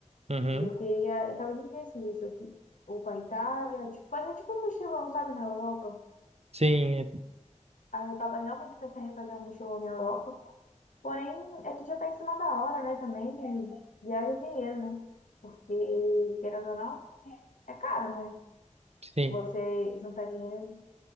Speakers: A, on the right (about 55°); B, on the left (about 80°).
A: Uhum.
B: E eu queria, eu tava indecisa, eu que- ou pra Itália, tipo, fazer tipo um mochilão, sabe, na Europa.
A: Sim,
B: Aí eu tava realmente pensando em fazer um mochilão na Europa. Porém, é que já tá em cima da hora, né? Também e viaja dinheiro, né? Porque, querendo ou não, é caro, né?
A: sim.
B: Você juntar dinheiro